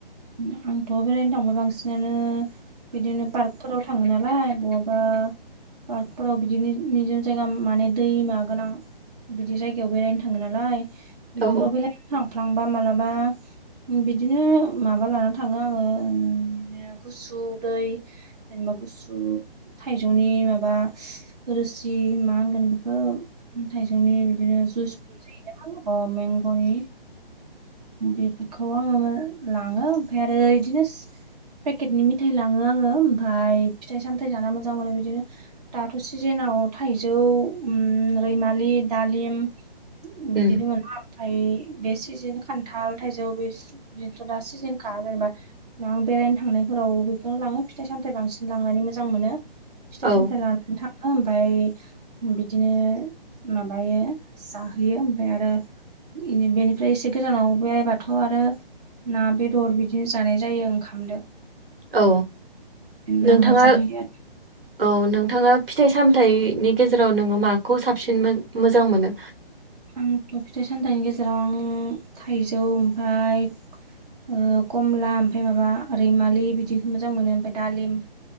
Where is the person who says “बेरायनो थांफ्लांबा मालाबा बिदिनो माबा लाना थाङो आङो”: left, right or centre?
Right